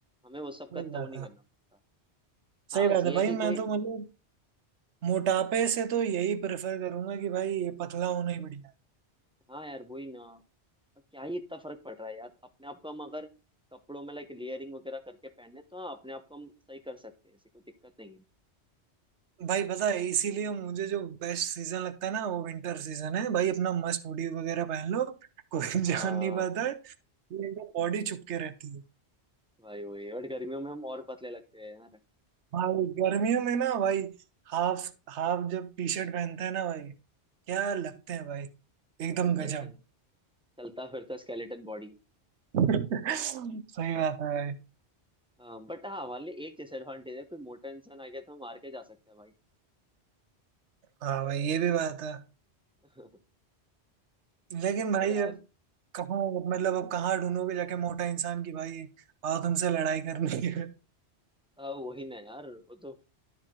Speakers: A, in the centre; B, on the right (about 80°).
A: हमें वो सब
B: सही
A: का इतना
B: बात
A: वो नहीं
B: है
A: करना पड़ता हाँ
B: सही बात
A: बस ये
B: है भाई
A: है कि
B: मैं
A: कोई
B: तो मतलब मोटापे से तो यही प्रेफर करूंगा कि भाई ये पतला होना ही बढ़िया है।
A: हाँ यार वही ना और क्या ही इतना फर्क पड़ रहा है यार अपने आप को हम अगर कपड़ों में लाइक लेयरिंग वगैरह करके पहने तो हाँ अपने आप को हम सही कर सकते हैं ऐसी कोई दिक्कत नहीं है
B: भाई पता है इसीलिए मुझे जो बेस्ट सीजन लगता है ना वो विंटर सीजन है भाई अपना मस्त हुडी वगैरह पहन लो कोई <laughs>
A: हाँ
B: जान नहीं पाता है ये एकदम बॉडी छुपके रहती है
A: भाई वही और गर्मियों में हम और पतले लगते हैं यार
B: भाई गर्मियों में ना भाई हाफ हाफ जब टी शर्ट पहनते हैं ना भाई क्या लगते हैं भाई
A: हाँ,
B: एकदम
A: ये
B: गजब
A: कं- चलता फिरता स्केलेटन बॉडी
B: <laughs> सही बात है भाई
A: हाँ बट हाँ हमारे लिए एक डिसएडवांटेज है कोई मोटा इंसान आ गया तो हम मार के जा सकते हैं भाई
B: हाँ भाई ये भी बात है
A: <laughs>
B: लेकिन
A: हाँ
B: भाई
A: यार
B: अब कहाँ मतलब अब कहाँ ढूंढोगे जाके मोटा इंसान की भाई आओ तुमसे लड़ाई करनी है
A: हाँ वही ना यार वो तो